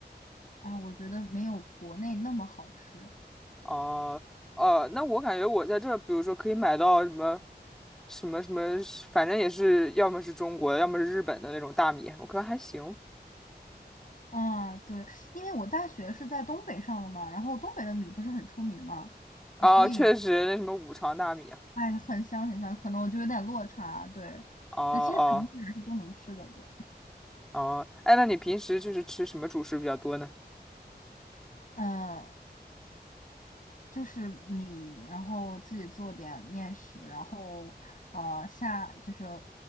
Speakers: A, on the left (about 50°); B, in the centre.
A: 啊，我觉得没有国内那么好吃。
B: 哦，呃，那我感觉我在这，比如说可以买到什么什么什么，反正也是要么是中国的，要么是日本的那种大米，我觉得还行。
A: 啊，对，因为我大学是在东北上的嘛，然后东北的米不是很出名嘛，
B: 啊，
A: 呃，所以
B: 确实那什么五常大米啊，
A: 哎，很香很香，可能我就有点落差，对，
B: 哦哦、
A: 呃，其实肯定是都能吃的，
B: 啊
A: 对，
B: 哦，哎，那你平时就是吃什么主食比较多呢？
A: 呃，就是米，然后自己做点面食，然后呃下就是